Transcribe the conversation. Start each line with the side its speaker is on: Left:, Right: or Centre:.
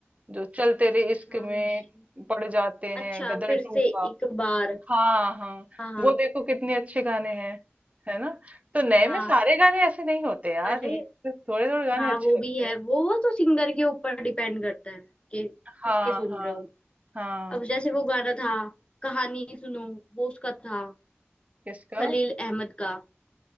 Right: जो चल तेरे
Left: विशाल
Right: इश्क में
Left: मिश्रा
Right: पड़ जाते हैं
Left: अच्छा
Right: गदर
Left: फिर
Right: टू
Left: से
Right: का
Left: एक बार
Right: हाँ हाँ
Left: हाँ हाँ
Right: वो देखो कितने अच्छे गाने हैं है ना तो नए
Left: हाँ
Right: में सारे गाने ऐसे नहीं होते यार
Left: अरे
Right: ये थोड़े थोड़े गाने
Left: हाँ
Right: अच्छे
Left: वो भी
Right: लगते
Left: है
Right: हैं
Left: वो तो सिंगर के ऊपर डिपेंड करता है कि
Right: हाँ
Left: किसके सुन
Right: हाँ
Left: रहे हो
Right: हाँ
Left: अब जैसे वो गाना था कहानी सुनो वो उसका था
Right: किसका
Left: खलील अहमद का